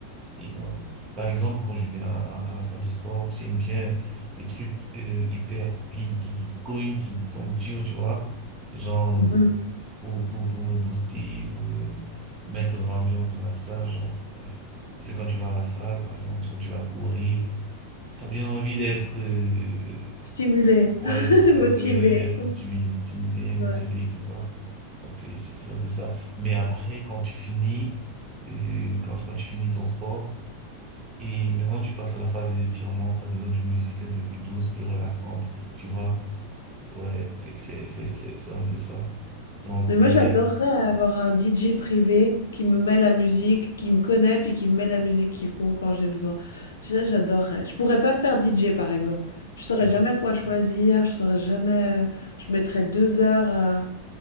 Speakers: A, on the right (about 20°); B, on the left (about 65°).
A: Et donc, par exemple, quand je vais à, à, à la salle de sport, j'aime bien les trucs euh, hyper qui, qui, qui cognent, qui sont durs, tu vois. Genre,
B: mhm.
A: euh, pour, pour, pour me booster, pour me mettre dans l'ambiance de la salle, genre, bref. Parce que quand tu vas à la salle, par exemple, quand tu vas courir, t'as bien envie d'être, euh,
B: stimuler,
A: ouais,
B: <laughs>
A: t'as,
B: motiver.
A: t'as bien envie d'être stimulé, stimulé, motivé,
B: Ouais.
A: tout ça. Donc, c'est, c'est c'est un peu ça. Mais après, quand tu finis, euh, quand, quand tu finis ton sport, et maintenant, tu passes à la phase des étirements. Tu as besoin d'une musique un peu plus douce, plus relaxante. Tu vois? Ouais, c'est, c'est, c'est, c'est, c'est un peu ça. Donc,
B: Mais
A: les.
B: moi, j'adorerais avoir un DJ privé qui me met la musique, qui me connaît, puis qui me met la musique qu'il faut quand j'ai besoin. Ça, j'adorerais. Je pourrais pas faire DJ, par exemple. Je saurais
A: Ah,
B: jamais quoi choisir, je saurais jamais... euh, Je mettrais deux heures à,